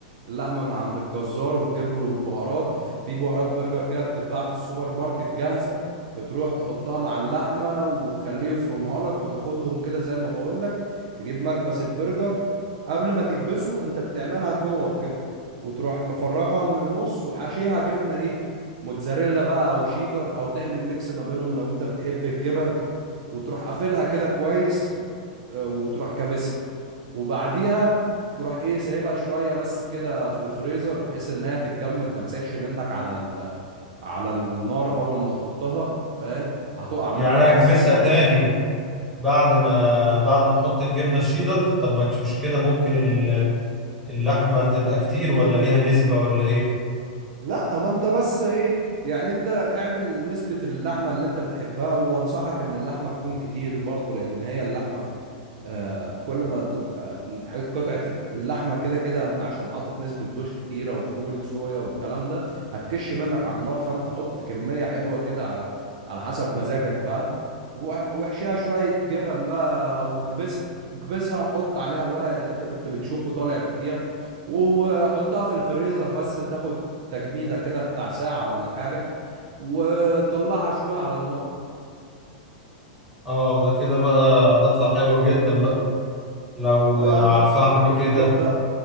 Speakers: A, on the right; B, in the centre.
A: اللحمة من عند الجزار وتجيب له البهارات في بهارات برجر كده بتتباع في السوبر ماركت جاهزة بتروح تحطها مع اللحمة وتخليه يفرمها لك وتاخدهم كده زي ما بقول لك تجيب مكبس البرجر قبل ما تكبسه انت بتعملها كور كده وتروح مفرغها من النص وحشيها جبنه ايه موتزاريلا بقى او شيدر او تعمل ميكس ما بينهم لو انت بتحب الجبن وتروح قافلها كده كويس آه، وتروح كابسها وبعديها تروح ايه سايبها شويه بس كده في الفريزر بحيث ان هي تتجمد ما تسيحش منك على ال... على النار اول ما تحطها فاهم هتقع منك
B: يعني انا
A: على
B: اكبسها
A: السيخ اول
B: تاني
A: ما تحطها
B: بعد ما بعد ما احط الجبنة الشيدر طب ما كش- مش كده ممكن ال- اللحمة تبقى كتير ولا ليها نسبة ولا ايه
A: لا ما انت بس ايه يعني انت اعمل نسبة اللحمة اللي انت بتحبها وانصحك ان اللحمة تكون كتير برضو لان هي اللحمة آه كل ما تبقى الح- قطعة اللحمة كده كده انت عشان حاطط نسبة دوش كتيرة وفول صويا والكلام ده هتكش منك على النار فانت حط كمية حلوة كده على على حسب مزاجك بقى وح- واحشيها شوية جبن بقى واكبسها واكبسها وحط عليها الورق اللي انت كنت بتشوفه طالع فيها وحطها في الفريزر بس تاخد تجميدة كده بتاع ساعة ولا حاجة وطلعها شوية على النار
B: اه ده كده بقى هتطلع حلوة جدا بقى لو
A: اه يا
B: على
A: عم
B: الفحم
A: انت كنت
B: كده
A: دقتها